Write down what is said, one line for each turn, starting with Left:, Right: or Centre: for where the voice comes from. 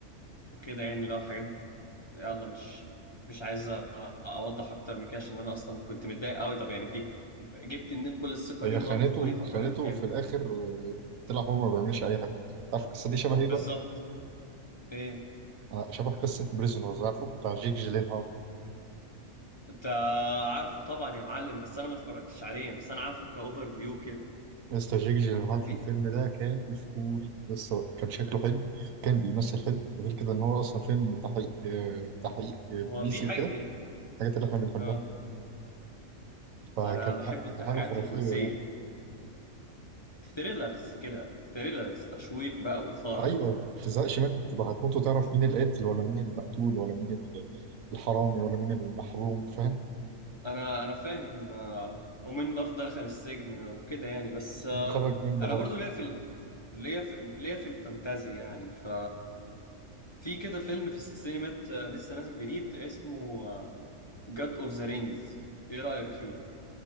Left: وكده يعني اللي هو الحاجات يلا مش مش عايز أ- اوضح اكتر من كده عشان انا اصلا كنت متضايق قوي طب يعني انت جبت منين كل الثقه
Right: هي
Left: دي ان
Right: خانته
Left: هو بيخونك فتروح
Right: خانته
Left: انت تعمل
Right: في الاخر آه، طلع هو ما بيعملش اي حاجة تعرف القصة دي شبه
Left: بالظبط
Right: ايه بقى؟
Left: ايه
Right: آه، شبه قصة بريزونرز عارفه بتاع جيك جيلينهال
Left: ده عارفه طبعا يا معلم بس انا ما اتفرجتش عليه بس انا عارفه كاوفر فيو كده
Right: لسه جيك جيلينهال
Left: فدي
Right: في الفيلم ده كان اسطوري لسه كان شكله حلو كان بيمثل حلو غير كده ان هو اصلا فيلم تحقيق آه، تحقيق آه،
Left: هو
Right: بوليسي
Left: في حاجه
Right: وكده الحاجات اللي احنا بنحبها
Left: اه
Right: فكان
Left: انا بحب
Right: ح-
Left: التحقيقات
Right: كان حاجة خرافية
Left: البوليسيه
Right: يعني.
Left: ثريلرز كده ثريلرز تشويق بقى واثاره
Right: أيوة ما بتزهقش منه تبقى هتموت وتعرف مين القاتل ولا مين المقتول ولا مين ال- الحرامي ولا مين المحروم فاهم
Left: انا انا فاهم آه، ومين برضه دخل السجن وكده يعني بس آه،
Right: مين خرج منه
Left: انا
Right: برضه
Left: برضه ليا في ال... ليا في ال- ليا في الفانتازي يعني ف في كده فيلم في السينمات آه، لسه نازل جديد اسمه جاد اوف ذا رينجز ايه رأيك فيه